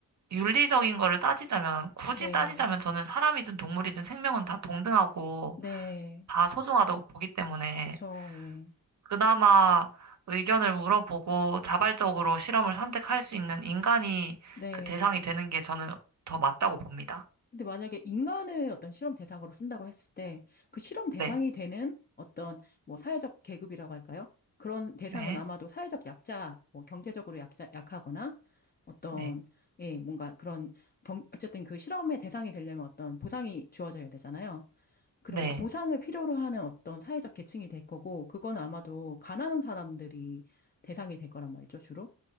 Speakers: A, on the right; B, on the left.
A: 윤리적인 거를 따지자면, 굳이
B: 네,
A: 따지자면 저는 사람이든 동물이든 생명은 다 동등하고
B: 네,
A: 다 소중하다고 보기 때문에
B: 그쵸, 예,
A: 그나마 의견을 물어보고 자발적으로 실험을 선택할 수 있는 인간이
B: 네.
A: 그 대상이 되는 게 저는 더 맞다고 봅니다.
B: 근데 만약에 인간을 어떤 실험 대상으로 쓴다고 했을 때 그 실험 대상이
A: 네.
B: 되는 어떤 뭐 사회적 계급이라고 할까요? 그런 대상은
A: 네.
B: 아마도 사회적 약자, 뭐 경제적으로 약자, 약하거나 어떤,
A: 네.
B: 예, 뭔가 그런 경, 어쨌든 그 실험의 대상이 되려면 어떤 보상이 주어져야 되잖아요. 그럼
A: 네.
B: 그 보상을 필요로 하는 어떤 사회적 계층이 될 거고, 그건 아마도 가난한 사람들이 대상이 될 거란 말이죠, 주로.